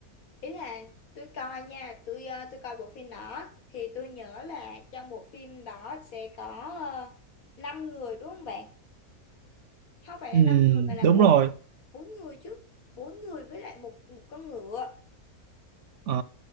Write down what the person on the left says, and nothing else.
ý là tôi coi nha tôi ờ, tôi coi bộ phim đó thì tôi nhớ là trong bộ phim đó sẽ có uh, 5 người đúng không bạn không phải
là 5 người mà là
bốn
bốn người chứ bốn người với lại một, một con ngựa